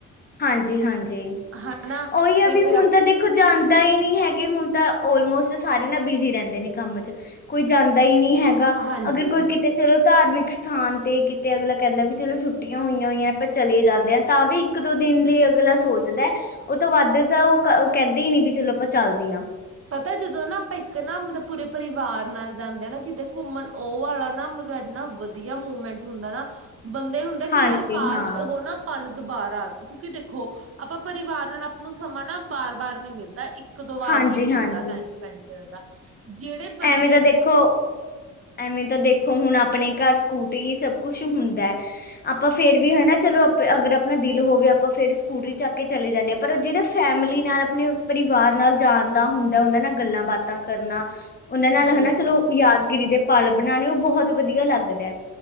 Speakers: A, on the left (about 30°); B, on the right (about 50°).
A: ਹਾਂਜੀ-ਹਾਂਜੀ,
B: ਹਨਾ
A: ਉਹੀ ਆ
B: ਤੇ
A: ਵੀ
B: ਫਿਰ
A: ਹੁਣ ਤਾਂ ਦੇਖ ਦੇਖੋ ਜਾਂਦਾ ਹੀ ਨਹੀਂ ਹੈਗੇ, ਹੁਣ ਤਾਂ ਔਲਮੋਸਟ ਸਾਰੇ ਨਾ ਬਿਜ਼ੀ ਰਹਿੰਦੇ ਨੇ ਕੰਮ ਚ। ਕੋਈ ਜਾਂਦਾ ਹੀ ਨਹੀਂ ਹੈਗਾ,
B: ਹਾਂਜੀ।
A: ਅਗਰ ਕੋਈ ਕਿਤੇ ਚਲੋ ਧਾਰਮਿਕ ਸਥਾਨ ਤੇ ਕਿਤੇ ਅਗਲਾ ਕਹਿੰਦਾ ਵੀ ਚਲੋ ਛੁੱਟੀਆਂ ਹੋਈਆਂ-ਹੋਈਆਂ ਆਪਾਂ ਚਲੇ ਜਾਂਦੇ ਆਂ, ਤਾਂ ਵੀ ਇੱਕ ਦੋ ਦਿਨ ਲਈ ਅਗਲਾ ਸੋਚਦਾ, ਉਹ ਤੋਂ ਵੱਧ ਤਾਂ ਉਹ ਕਹਿੰਦੇ ਹੀ ਨੀ ਵੀ ਚਲੋ ਆਪਾਂ ਚੱਲਦੇ ਆਂ।
B: ਪਤਾ ਜਦੋਂ ਨਾ ਆਪਾਂ ਇੱਕ ਨਾ ਮਤਲਬ ਪੂਰੇ ਪਰਿਵਾਰ ਨਾਲ ਜਾਂਦੇ ਆਂ ਨਾ ਕਿਤੇ ਘੁੰਮਣ ਉਹ ਵਾਲਾ ਨਾ ਮਤਲਬ ਐਨਾ ਵਧੀਆ ਮੂਵਮੈਂਟ ਹੁੰਦਾ ਨਾ ਬੰਦੇ ਨੂੰ ਹੁੰਦਾ
A: ਹਾਂਜੀ
B: ਕਿ ਯਾਰ ਕਾਸ਼
A: ਹਾਂ
B: ਉਹ ਨਾ ਪਲ ਦੁਬਾਰਾ ਆ, ਕਿਉਂਕਿ ਦੇਖੋ ਆਪਾਂ ਪਰਿਵਾਰ ਨਾਲ ਆਪ ਨੂੰ ਸਮਾਂ ਨਾ ਵਾਰ-ਵਾਰ ਨੀ ਮਿਲਦਾ। ਇਕ ਦੋ ਵਾਰ
A: ਹਾਂਜੀ
B: ਹੀ ਮਿਲਦਾ,
A: ਹਾਂਜੀ
B: ਟਾਈਮ ਸਪੈਂਡ ਕਰਨ ਦਾ। ਜਿਹੜੇ ਬੰਦੇ
A: ਐਵੇਂ ਤਾਂ
B: ਨੇ
A: ਦੇਖੋ ਐਵੇਂ ਤਾਂ ਦੇਖੋ ਹੁਣ ਆਪਣੇ ਘਰ ਸਕੂਟੀ ਸਭ ਕੁਛ ਹੁੰਦਾ, ਆਪਾਂ ਫੇਰ ਫਿਰ ਵੀ ਹਨਾ ਚਲੋ ਆਪ ਅਗਰ ਆਪਣਾ ਦਿਲ ਹੋਵੇ ਆਪਾਂ ਫਿਰ ਸਕੂਟਰੀ ਚੱਕ ਕੇ ਚਲੇ ਜਾਂਨੇ ਆਂ, ਪਰ ਜਿਹੜਾ ਫੈਮਲੀ ਨਾਲ ਆਪਣੇ ਪਰਿਵਾਰ ਨਾਲ ਜਾਣ ਦਾ ਹੁੰਦਾ, ਉਹਨਾਂ ਨਾਲ ਗੱਲਾਂ ਬਾਤਾਂ ਕਰਨਾ। ਉਹਨਾਂ
B: ਹਾਂਜੀ-ਹਾਂਜੀ
A: ਨਾਲ ਹਨਾ ਚਲੋ ਯਾਦਗਿਰੀ ਦੇ ਪਲ ਬਣਾਣੇ, ਉਹ ਬਹੁਤ ਵਧੀਆ ਲੱਗਦਾ।